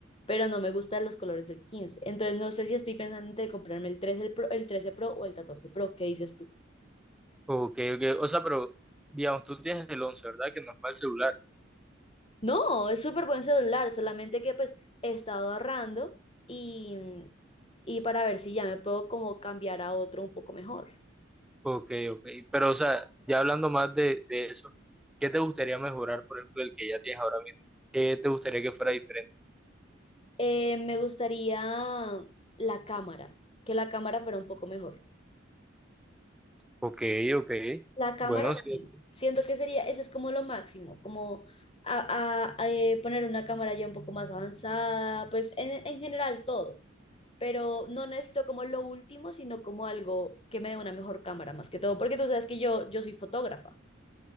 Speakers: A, on the left; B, in the centre.
A: pero no me gustan los colores del quince. Entonces no sé si estoy pensando entre comprarme el trece el Pro- el 13 Pro o el 14 Pro, ¿qué dices tú?
B: Ok, ok, o sea, pero, digamos, tú tienes el once ¿verdad? Que no es mal celular.
A: No, es súper buen celular, solamente que pues he estado ahorrando y, y para ver si ya me puedo como cambiar a otro un poco mejor.
B: Ok, ok, pero, o sea, ya hablando más de, de eso, ¿qué te gustaría mejorar, por ejemplo, el que ya tienes ahora mismo? ¿Qué te gustaría que fuera diferente?
A: Eh, me gustaría la cámara, que la cámara fuera un poco mejor.
B: Ok, ok,
A: La cámara,
B: bueno, sí.
A: sí, siento que sería, eso es como lo máximo, como a- a- a, eh, poner una cámara ya un poco más avanzada, pues en, en general todo, pero no necesito como lo último, sino como algo que me dé una mejor cámara más que todo, porque tú sabes que yo, yo soy fotógrafa.